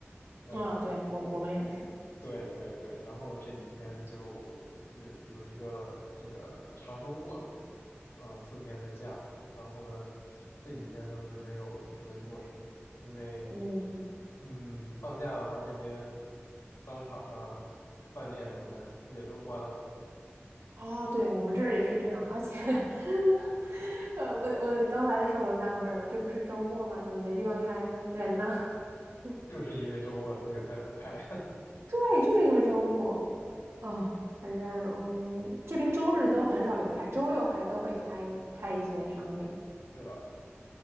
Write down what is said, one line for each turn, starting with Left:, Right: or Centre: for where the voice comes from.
Left: 嗯。
Right: 啊、对，我我们也是，
Left: 对对对，然后这几天就有有一个这个长周末，嗯，四天的假，然后呢，这几天倒是没有准备做什么，因为，
Right: 嗯，
Left: 嗯，放假的话，这边商场啊、饭店什么的也都关了很多，
Right: 哦，对，我们这儿也是这样，而且 <laughs> 呃，我我刚来的时候我就纳闷儿了，这不是周末吗？怎么没地方开呢？人呢？<laughs>
Left: 就是因为周末所以才不开，
Right: 对，就是因为周末，啊、反正嗯，这边周日都很少有开，周六还都会开开一些商店，
Left: <laughs> 是的，